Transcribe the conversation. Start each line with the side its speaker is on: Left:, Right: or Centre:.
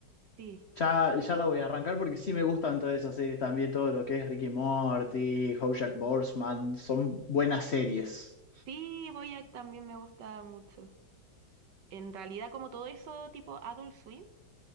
Right: sí.
Left: Ya, ya la voy a arrancar porque sí me gustan todas esas series también, todo lo que es Ricky Morty, Jack Borsman, son buenas series.
Right: Sí, Boyac también me gusta mucho. En realidad, como todo eso tipo Adult Swim,